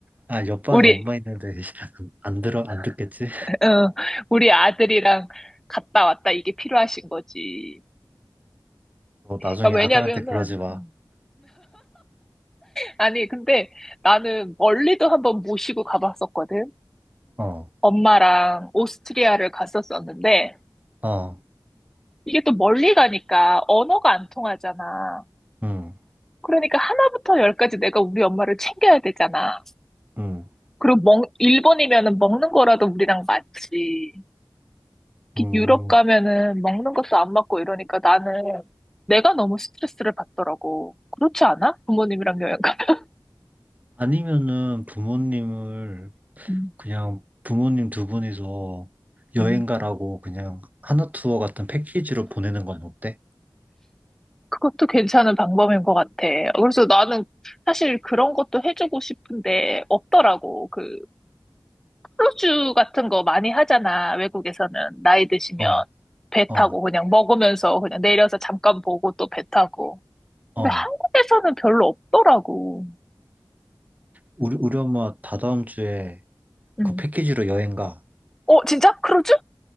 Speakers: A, on the right (about 20°); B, in the centre.
A: 아, 옆방에
B: 우리
A: 엄마 있는데 <laughs> 안 들어, 안 듣겠지?
B: 어, 우리 아들이랑 갔다 왔다 이게 필요하신 거지.
A: 어, 나중에
B: 그러니까
A: 아들한테
B: 왜냐면은,
A: 그러지 마.
B: 어. 아니, 근데 나는 멀리도 한번 모시고 가봤었거든.
A: 어,
B: 엄마랑 오스트리아를 갔었었는데,
A: 어,
B: 이게 또 멀리 가니까 언어가 안 통하잖아.
A: 응,
B: 그러니까 하나부터 열까지 내가 우리 엄마를 챙겨야 되잖아.
A: 응,
B: 그리고 먹, 일본이면은 먹는 거라도 우리랑 맞지. 특히
A: 응.
B: 유럽 가면은 먹는 것도 안 맞고 이러니까 나는 내가 너무 스트레스를 받더라고. 그렇지 않아? 부모님이랑 여행 가면.
A: 아니면은 부모님을
B: 음,
A: 그냥 부모님 두 분이서 여행
B: 음.
A: 가라고 그냥 하나투어 같은 패키지로 보내는 건 어때?
B: 그것도 괜찮은 방법인 것 같아. 그래서 나는 사실 그런 것도 해주고 싶은데 없더라고. 그 크루즈 같은 거 많이 하잖아. 외국에서는 나이 드시면
A: 어,
B: 배
A: 어,
B: 타고 그냥 먹으면서 그냥 내려서 잠깐 보고 또 배 타고.
A: 어.
B: 근데 한국에서는 별로 없더라고.
A: 우리, 우리 엄마 다다음 주에
B: 음.
A: 그 패키지로 여행 가.
B: 어, 진짜? 크루즈?